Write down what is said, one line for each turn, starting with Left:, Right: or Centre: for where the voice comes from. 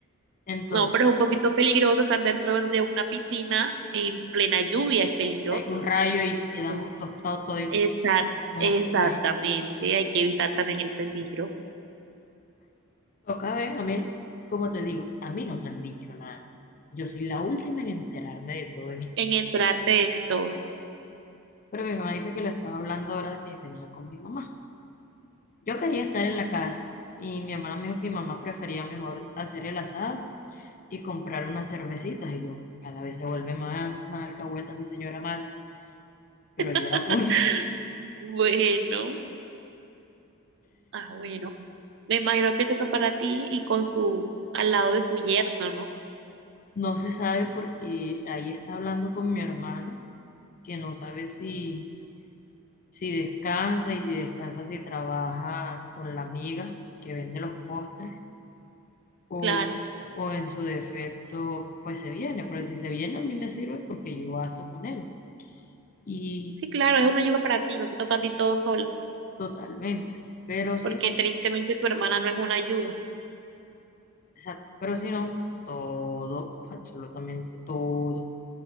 Left: entonces
Right: No, pero es un poquito peligroso estar dentro de una piscina en plena lluvia, es peligroso.
Left: algún rayo y
Right: Uno
Left: quedamos
Right: no se-
Left: tostados toditos
Right: Exact-
Left: como
Right: exactamente,
Left: pescaditos.
Right: hay que evitar también el peligro
Left: Toca ver, a mí, como te digo, a mí no me han dicho nada. Yo soy la última en enterarme de todo esto.
Right: en entrarte de todo.
Left: Pero mi mamá dice que lo estaba hablando ahora que venía con mi mamá. Yo quería estar en la casa y mi hermana me dijo que mi mamá prefería mejor hacer el asado y comprar unas cervecitas. Y yo, cada vez se vuelve más, más alcahueta mi señora madre, pero
Right: <laughs>
Left: yo la apoyo.
Right: Bueno, ah, bueno. Me imagino que te tocará a ti y con su, al lado de su yerno, ¿no?
Left: No se sabe porque ahí está hablando con mi hermana que no sabe si Si descansa y si descansa, si trabaja con la amiga que vende los postres o,
Right: Claro.
Left: o en su defecto, pues se viene, pero si se viene a mí me sirve porque yo aso con él y
Right: Sí, claro, es una ayuda para ti, no te toca a ti todo sola,
Left: totalmente, pero si
Right: porque
Left: no,
Right: tristemente tu hermana no es una ayuda,
Left: exacto, pero si no, todo, absolutamente todo